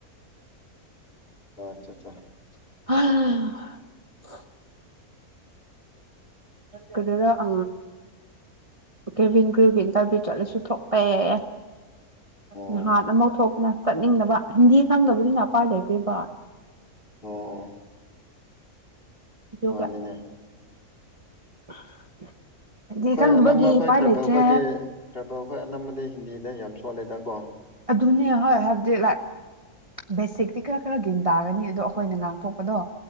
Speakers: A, on the left; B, on the right.
A: ꯑꯠꯆꯥ ꯑꯆꯥ
B: <unintelligible> ꯀꯩꯗꯗ ꯑ ꯀꯦꯚꯤꯡ ꯀꯨꯚꯟ ꯀꯔꯚ ꯆꯠꯂꯁꯨ ꯊꯣꯛꯄ ꯌꯥ
A: ꯑꯣ
B: ꯅꯍꯥꯟ ꯑꯃꯨꯧ ꯊꯣꯛꯄꯅ ꯆꯠꯅꯤꯡꯅꯕ ꯍꯤꯟꯗꯤ ꯈꯪꯗꯕꯅꯤꯅ ꯑꯄꯥꯏ ꯂꯩꯇꯦꯕ
A: ꯑꯣ
B: ꯏ ꯀꯦ
A: ꯃꯥꯅꯤꯅꯦ
B: <unintelligible>
A: ꯍꯣꯏ
B: ꯈꯪꯗꯕꯒꯤ
A: ꯑꯅꯝꯕ ꯑꯩꯈꯣꯏ
B: ꯎꯄꯥꯏ
A: ꯇ꯭ꯔꯥꯏꯕꯦꯜ
B: ꯂꯩꯇ꯭ꯔꯦ
A: ꯈꯣꯏꯗꯤ ꯇ꯭ꯔꯥꯏꯕꯦꯜ ꯑꯩꯈꯣꯏ ꯑꯅꯝꯕꯗꯤ ꯍꯤꯟꯗꯤꯗ ꯌꯥꯝ ꯁꯣꯜꯂꯦꯗꯀꯣ
B: ꯑꯗꯨꯅꯦ ꯍꯣꯏ ꯍꯥꯏꯕꯗꯤꯥꯏ ꯕꯦꯁꯤꯛꯇꯤ ꯈꯔ ꯈꯔ ꯒꯟ ꯇꯥꯒꯅꯤ ꯑꯗꯣ ꯑꯩꯈꯣꯏꯅ ꯉꯥꯡꯊꯣꯛꯄꯗꯣ